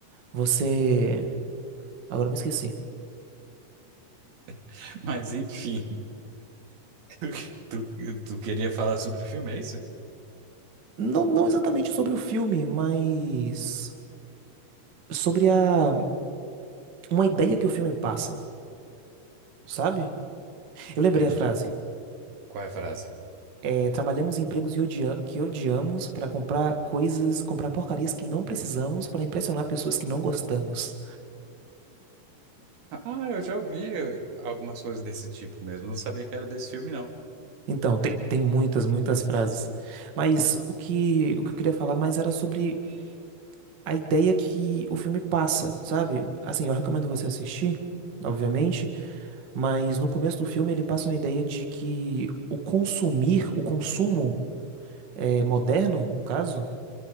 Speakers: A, on the right; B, on the right.
A: você. Agora eu me esqueci.
B: <laughs> Mas enfim, <laughs> tu, tu queria falar sobre o filme, é isso?
A: Não, não exatamente sobre o filme, mas sobre a uma ideia que o filme passa, sabe? Eu lembrei
B: É de-
A: a frase.
B: qual é a frase?
A: É, trabalhamos em empregos e odia- que odiamos para comprar coisas, comprar porcarias que não precisamos para impressionar pessoas que não gostamos.
B: Ah, eu já ouvi algumas coisas desse tipo mesmo, não sabia que era desse filme, não.
A: Então, tem, tem muitas, muitas frases. Mas o que, o que eu queria falar mais era sobre a ideia que o filme passa, sabe? Assim, eu recomendo você assistir, obviamente, mas no começo do filme ele passa uma ideia de que o consumir, o consumo eh, moderno, no caso,